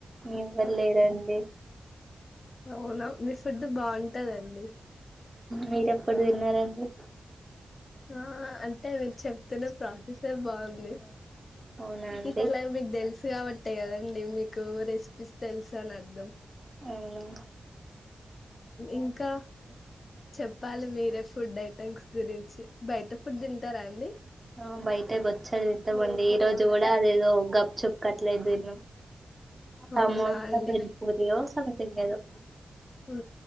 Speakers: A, on the right (about 20°); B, on the left (about 45°).
A: ఇవ్వర్లేరండి
B: అవునా మీ ఫుడ్ బాగుంటదండి
A: మీరెప్పుడు తిన్నారండి
B: ఆ అంటే మీరు చెప్తున్న ప్రాసెసే బాగుంది
A: అవునా అండి
B: ఇట్లా మీకు తెలుసు కాబట్టే కదండి మీకు రెస్ పి తెలుసాను అర్థం
A: అవునా
B: ఇంకా చెప్పాలి మీరే ఫుడ్ అ జంక్ గురించి బయట ఫుడ్ తింటారా అండి
A: ఆ బయట వచ్చదు ఇంతమండి ఈ రోజు కూడా అదేదో గప్పు చుప్పుట్లేదు దన్న సమోసా
B: అవునా అండి
A: పెలిపూరియో సథంగ్ లేదో
B: ఉ